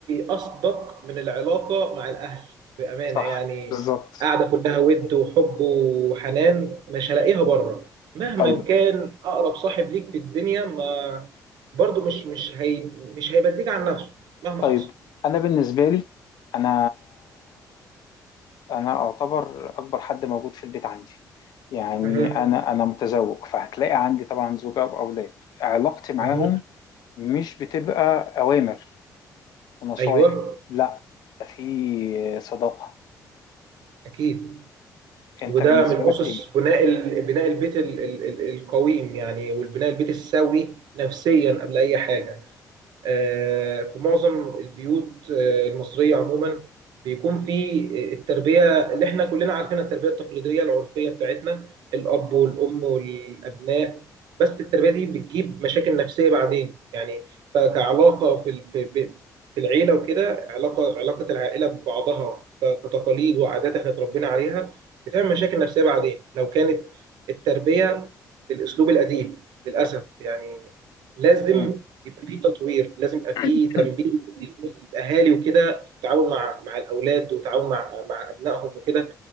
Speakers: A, on the right; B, on the left.
A: اصدق من العلاقه مع الاهل بامانه
B: صح
A: يعني
B: بالظبط
A: قاعده كلها ود وحب وحنان مش هلاقيها بره مهما
B: طيب
A: كان اقرب صاحب ليك في الدنيا ما برضو مش مش هي مش هيبديك عن نفسه مهما
B: طيب
A: حصل
B: انا بالنسبه لي انا انا اعتبر اكبر حد موجود في البيت عندي يعني
A: مهم.
B: انا انا متزوج فهتلاقي عندي طبعا زوجه واولاد علاقتي معاهم
A: مهم.
B: مش بتبقى اوامر ونصايح
A: ايوه
B: لا ده في صداقه
A: اكيد
B: انت
A: وده
B: بالنسبه
A: من
B: لك
A: اسس
B: ايه
A: بناء ال- بناء البيت ال- ال- ال- القويم يعني والبناء البيت السوي نفسيا قبل اي حاجه آه، في معظم البيوت آه، المصرية عموما بيكون في التربية اللي احنا كلنا عارفينها التربية التقليدية العرفية بتاعتنا الأب والأم والأبناء بس التربية دي بتجيب مشاكل نفسية بعدين يعني ف- كعلاقة في ال- في ب- في العيلة وكده علاقة علاقة العائلة ببعضها ك- كتقاليد وعادات احنا اتربينا عليها بتعمل مشاكل نفسية بعدين لو كانت التربية بالأسلوب القديم للأسف يعني لازم
B: مم.
A: يبقى في تطوير لازم يبقى
B: <coughs>
A: في تنبيه للاهالي وكده في التعاون مع مع الاولاد وتعاون مع مع ابنائهم وكده